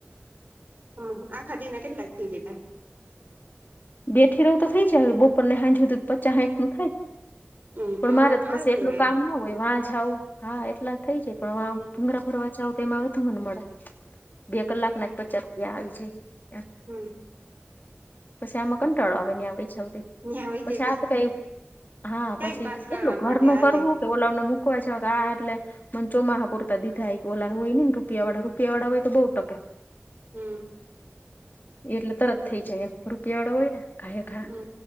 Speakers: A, on the right; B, on the left.
A: હમ આખાદીના કેટલાક થઈ જતા
B: બેઠરાવું તો થઈ જ હવે બપર ને હાજ્યુંધું પચાસ હાંચ નું થાય
A: હમ
B: પણ મારે તો
A: સારું
B: પછી
A: કેવાય
B: એટલું કામ ના હોય વાહ જાાવ હા એટલા થઈ જાય પણ વા
A: એમ
B: ભૂંગરા ભરવા સે તો એમાં વધુ મને મળે બે કલાક ના જ પચાસ રૂપિયા આવી જાય,
A: હમ્મ
B: પછી આમાં કંટાળો આવે આવે છેવ
A: ત્યાં હોય
B: પછી
A: છે
B: આ તો કઈ હા
A: ટાઈમ
B: પછી
A: પાસ કરવા
B: કેટલું ઘરનું
A: માટે હાલે
B: કરવું કે ઓલોને મૂકવા છે, કે આ એટલે મ ચોમાહા પૂરતા દીધાાય ઓલાનું હોય ને રૂપિયા વાળા રૂપિયા વાળા હોય તો બહુ ટકા
A: હમ્મ
B: એટલે તરત થઇ જાય એમ રૂપિયા વાળો હોય ને ઘાાય ઘા
A: હમ